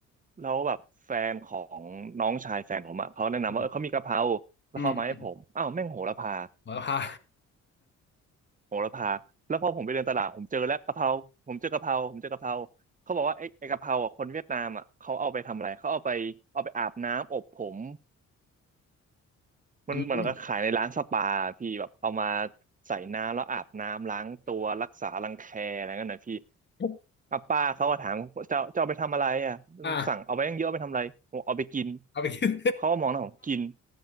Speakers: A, on the right; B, on the left.
A: แล้วแบบแฟนของน้องชายแฟนผมอะเขาแนะนำว่าเออเขามีกะเพรา
B: อืม
A: แล้วเขาเอามาให้ผมอ้าวแม่งโหระพา
B: อืมอืมโหระพา
A: โหระพาแล้วพอผมไปเดินตลาดผมเจอแล้วกะเพราผมเจอกะเพราผมเจอกะเพราเขาบอกว่าไอ้ไอ้กะเพราอ่ะคนเวียดนามอ่ะเขาเอาไปทำอะไรเขาเอาไปเอาไปอาบน้ำอบผมมันเหมือนก็ขายในร้านสปาพี่แบบเอามา
B: <laughs> อืม
A: ใส่น้ำแล้วอาบน้ำล้างตัวรักษารังแคอะไรเงี้ยนะพี่
B: <laughs>
A: อ่ะป้าเขาก็ถามเจ้าเจ้าเอาไปทำอะไรอ่ะ
B: อ่า
A: สั่งเอาไปตั้งเยอะเอาไปทำอะไรผมเอาไปกิน
B: เอาไปกิน
A: เขาก็มองหน้าผมกิน